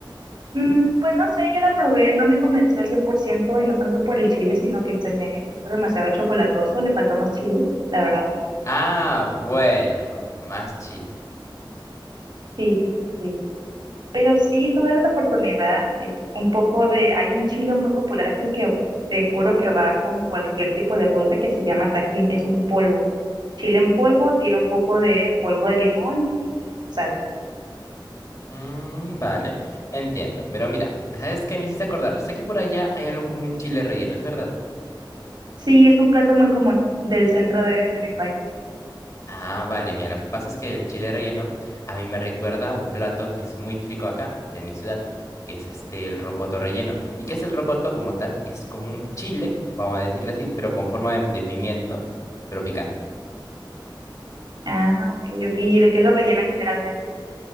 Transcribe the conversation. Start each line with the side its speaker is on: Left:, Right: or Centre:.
Right: Mm, pues no sé, yo la probé, no me convenció al 100% y no tanto por el chile, sino que se me hizo demasiado chocolatoso, le faltó más chile, la verdad.
Left: Ah, bueno, más chile.
Right: Sí, sí, sí. Pero sí, tuve la oportunidad y un poco de, hay un chile muy popular aquí que te juro que va con cualquier tipo de fruta que se llama tajín, es un polvo. Chile en polvo, tiene un poco de polvo de limón y sal.
Left: Mm, vale, entiendo. Pero mira, ¿sabes qué me hiciste acordar? Sé que por allá hay algo como un chile relleno, ¿es verdad?
Right: Sí, es un plato muy común del centro de, de mi país.
Left: Ah, vale, mira, lo que pasa es que el chile relleno a mí me recuerda a un plato que es muy típico acá, de mi ciudad, que es este, el rocoto relleno. ¿Y qué es el rocoto como tal? Es como un chile, vamos a decirlo así, pero con forma de, de pimiento, pero picante.
Right: Ah, ok, ok. ¿Y de qué lo rellenan generalmente?